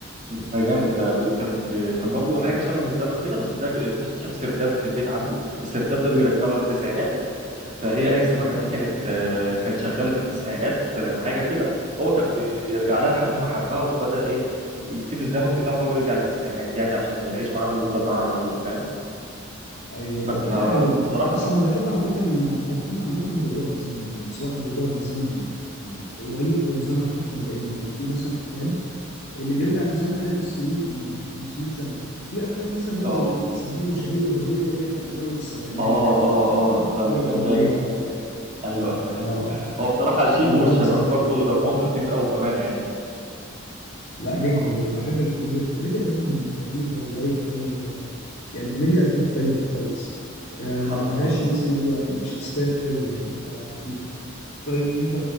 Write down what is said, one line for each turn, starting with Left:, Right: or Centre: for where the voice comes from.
Right: ده جامد ده بي- كان بي- كان برضو حاجه شبه الزمن كده بس ده اكتشف سرداب في البيت عنده السرداب ده بيرجعه للتسعينات فهي ايه سماحه
Left: الله
Right: دي كانت آه، كانت شغاله في التسعينات آه، حاجه كده هو كان بي- بيرجع لها لحد ما حبها وبدا ايه يسيب الزمن بتاعه بقى ويرجع للتسعينات يعني عشان يعيش معاها ويفضل معاها على طول فاهم
Left: ايوه
Right: بس
Left: ده الفكره
Right: ف-
Left: حلوه دي
Right: بصراحه
Left: بص
Right: تحفه
Left: انا بحب عامه انا بحب عامه الرجوع بالزمن يعني سواء بالرجوع للزمن يعني قريب او الزمن حتى البعيد يعني في مثلا افلام اللي بيرجع للزمن الاف السنين او 500 سنه في افلام مثلا هو
Right: اه
Left: زي سمير وشهير وبهير اللي هو بيرجع لزمن السبعينات
Right: اه
Left: يعني
Right: اه اه
Left: بيبقى
Right: ده
Left: حاجه كوميديه
Right: كان جامد
Left: اكتر يعني
Right: ايوه ايوه ايوه
Left: اه اه
Right: هو بصراحه شيكو
Left: يبقى الموضوع
Right: والشباب
Left: مسخره
Right: برضه دمهم خفيف قوي بامانه يعني
Left: لا جدا جدا بحب الكوميديا الكوميديا بتاعتهم خفيفه ولايت قوي يعني كوميديا مختلفة خالص آه،
Right: حصل
Left: ما فيهاش
Right: حصل
Left: مثلا اللي هو مش اسفاف قوي يعني بتبقى خفيفة طيب انت